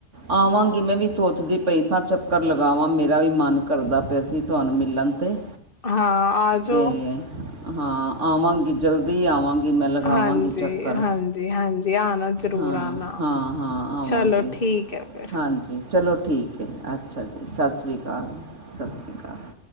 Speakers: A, on the right; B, on the left.
A: ਆਵਾਂਗੀ ਮੈਂ ਵੀ ਸੋਚਦੀ ਪਈ ਸਾਂ, ਚੱਕਰ ਲਗਾਵਾਂ ਮੇਰਾ ਵੀ ਮਨ ਕਰਦਾ ਪਿਆ ਅਸੀਂ ਤੁਹਾਨੂੰ ਮਿਲਣ ਤੇ,
B: ਹਾਂ ਆ ਜਾਓ
A: ਤੇ ਹਾਂ ਆਵਾਂਗੀ ਜਲਦੀ ਆਵਾਂਗੀ ਮੈਂ ਲਗਾਵਾਂਗੀ
B: ਹਾਂਜੀ
A: ਚੱਕਰ
B: ਹਾਂਜੀ ਹਾਂਜੀ ਆਣਾ ਜ਼ਰੂਰ
A: ਹਾਂ
B: ਆਣਾ
A: ਹਾਂ ਹਾਂ ਆਵਾਂਗੇ
B: ਚਲੋ ਠੀਕ ਠੀਕ ਐ ਫਿਰ
A: ਹਾਂਜੀ ਚਲੋ ਠੀਕ ਹੈ ਅੱਛਾ ਜੀ ਸਤਿ ਸ਼੍ਰੀ ਅਕਾਲ ਸਤਿ ਸ਼੍ਰੀ ਅਕਾਲ